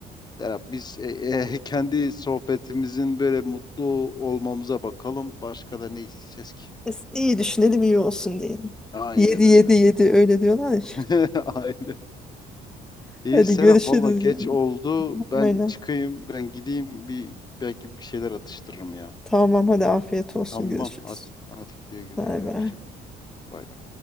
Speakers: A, on the left; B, in the centre.
A: Serap biz e, e, <laughs> kendi sohbetimizin böyle mutlu olmamıza bakalım. Başka da ne isteyeceğiz ki?
B: Es- iyi düşünelim iyi olsun diyelim
A: Aynen
B: yedi
A: öyle.
B: yedi yedi öyle diyorlar ya.
A: <laughs> Aynen.
B: <laughs>
A: İyi
B: hadi
A: Serap
B: görüşürüz
A: valla geç
B: yani
A: oldu. Ben
B: aynen
A: çıkayım, ben gideyim bir belki bir şeyler atıştırırım ya.
B: Tamam hadi afiyet olsun
A: Tamam.
B: görüşürüz.
A: At, atik güle güle.
B: Bay bay.
A: Hoşça kal. Bay bay.